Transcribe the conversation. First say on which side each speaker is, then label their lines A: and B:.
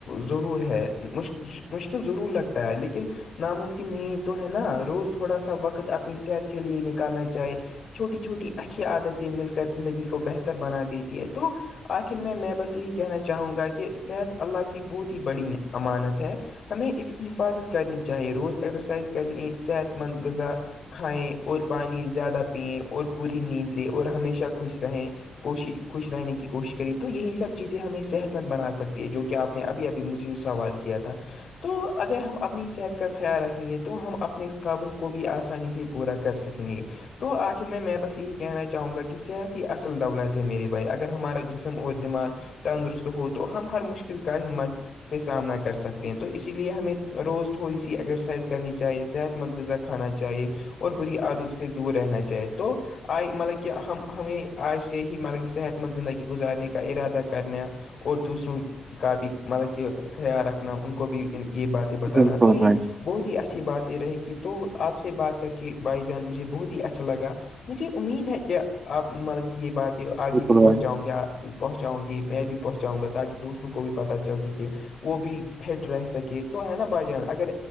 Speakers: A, on the left; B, on the right.
A: ضرور ہے مش مشکل ضرور لگتا ہے لیکن ناممکن نہیں تو ہے نا روز تھوڑا سا وقت اپنی صحت کے لیے نکالنا چاہیے چھوٹی چھوٹی اچھی عادتیں مل کر زندگی کو بہتر بنا دیتی ہے تو آخر میں میں بس یہی کہنا چاہوں گا کہ صحت اللہ کی بہت ہی بڑی امانت ہے ہمیں اس کی حفاظت کرنی چاہیے روز ایگزرسائز کرنی صحت مند غذا کھائےیں اور پانی زیادہ پیے اور پوری نیند لے اور ہمیشہ خوش رہیں کوشش خوش رہنے کی کوشش کری تو یہی سب چیزیں ہمیں صحت مند بنا سکتی ہے جو کہ آپ نے ابھی ابھی مجھے سوال کیا تھا تو اگر ہم اپنی صحت کا خیال رکھیں گے تو ہم اپنے خوابوں کو بھی آسانی سے پورا کر سکیں گے تو آخر میں میں بس یہی کہنا چاہوں گا کہ صحت ہی اصل دولت ہے میرے بھائی اگر ہمارا جسم اور دماغ تندرست ہو تو ہم ہر مشکل کا ہمت سے سامنا کر سکتے ہیں تو اسی لیے ہمیں روز تھوڑی سی ایگسرائز کرنی چاہیے صحت مند غذا کھانا چاہیے اور بری عادت سے دور رہنا چاہیے تو آئے مطلب کہ ہمیں آج سے ہی مطلب کہ صحت مند زندگی گزارنے کا ارادہ کرنے اور دوسروں کا بھی مطلب کہ خیال رکھنا ان کو بھی یہ بات تہ بتانا
B: بالکل
A: تو یہ
B: بھائی
A: بہت ہی اچھی بات رہے گی تو آپ سے بات کر کے بھائی جان مجھے بہت ہی اچھا لگا مجھے امید ہے کہ آپ مطلب کہ یہ باتیں آگے
B: بالکل
A: بھی
B: بھائی
A: پہنچاؤں گے پہنچاؤں کہ میں بھی پہنچاؤں گا تاکہ دوسروں کو بھی پتہ چل سکے وہ بھی فٹ رہ سکے تو ہے نا بھایی جان اگر